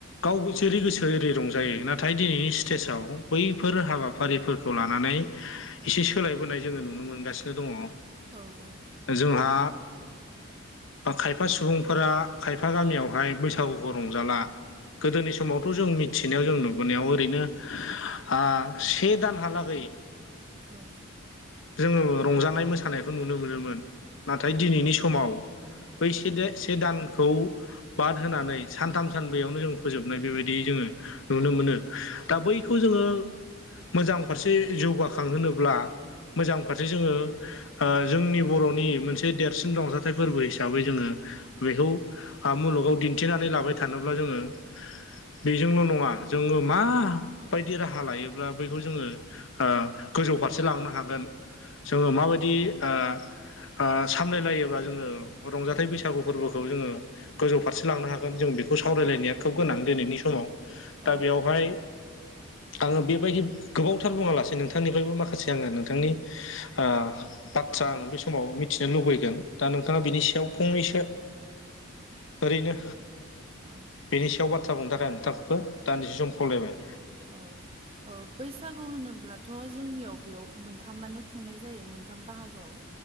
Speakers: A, on the left; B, on the right.
A: गाव गोसोरै गोसो एरै रंजायो नाथाय दिनैनि स्टेजाव बैफोर हाबाफारिफोरखौ लानानै एसे
B: औ
A: सोलायबोनाय जोङो नुनो मोनगासिनो दङ।
B: औ औ
A: जोंहा खायफा सुबुंफोरा खायफा गामियावहाय बैसागुखौ रंजाला गोदोन समाव खौ जों मिथिनायाव जों नुबोनायाव ओरैनो आ से दानहालागै
B: औ
A: जोंङो रंजानाय मोसानायखौ नुनो मोनोमोन नाथाय दिनैनि समाव बै सेदेद से दानखौ बाद होनानै सानथाम सानबैयावनो जों फोजोबनाय बेबायदि जोङो नुनो मोनो दा बैखौ जोङो मोजां फारसे जौगाखांहोब्ला मोजां फारसे जोङो ओ जोंनि बर'नि मोनसे देरसिन रंजाथाइ फोरबो हिसाबै जोङो बेखौ मुलुगाव दिन्थिनानै लाबाय थानोब्ला जोङो बेजोंल' नङा जोङो माबायदि राहा लायोब्ला बैखौ जोङो ओ गोजौ फारसे लांनो हागोन जोङो माबायदि‌ ओ ओ सामलायलायोब्ला जोङो रंजाथाइ बैसागु फोरबोखौ जोङो गोजौ फारसे लांनो हागोन जों बेखौ सावरायलायनाया खोब गोनां दिनैनि समाव
B: औ
A: दा बेवहाय आङो बेबायदि गोबावथार बुङा लासे नोंथांनिफ्रायबो माखासे आङो नोंथांनि आ बाथ्रा आङो बे समाव मिथिनो लुबैगोन दा नोंथाङा बिनि सायाव फंनैसो ओरैनो
B: <inaudible>
A: बेनि सायाव बाथ्रा बुंनो थाखाय आं नोंथांखौ दान्दिसे सम खावलायबाय।
B: औ। औ। बैसागु होनोब्लाथ' जोंनियाव बेयाव मोनथामानो खुंनाय जायो मोनथाम बाहागोआव।